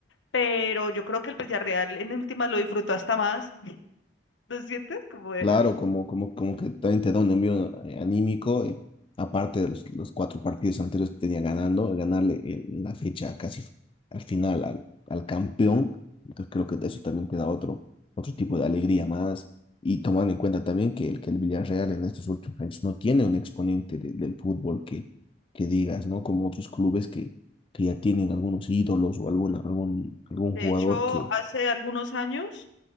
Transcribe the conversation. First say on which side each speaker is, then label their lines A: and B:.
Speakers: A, on the left; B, on the left.
A: pero yo creo que el Villarreal en últimas lo disfrutó hasta más. <laughs> ¿No sientes? Como de,
B: Claro, como, como, como que también te da un envío eh, anímico, eh, aparte de los, los cuatro partidos anteriores que tenía ganando, ganarle el- la fecha casi f- al final al, al campeón, entonces creo que eso también te da otro, otro tipo de alegría más, y tomando en cuenta también que el, que el Villarreal en estos últimos años no tiene un exponente de- del fútbol que, que digas, ¿no? Como otros clubes que, que ya tienen algunos ídolos o alguna, algún, algún
A: de
B: jugador
A: hecho,
B: que,
A: hace algunos años.